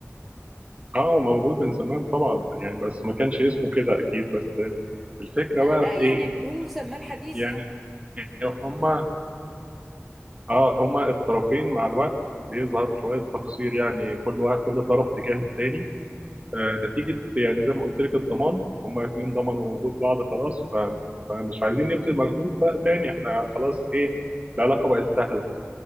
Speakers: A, on the right; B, in the centre.
A: اه هو موجود من زمان طبعا يعني بس ما كانش اسمه كده اكيد بس الفكره
B: انا
A: بقى
B: لا
A: في ايه
B: يعني بدون مسمى الحديث
A: يعني
B: يعني
A: هما اه هما الطرفين مع الوقت بيظهر شويه تقصير يعني كل واحد كل طرف تجاه التاني آه نتيجه يعني زي ما قلت لك الضمان هما اتنين ضمنوا وجود بعض خلاص ف- فمش عايزين نبذل مجهود بقى تاني احنا خلاص ايه العلاقه بقت سهله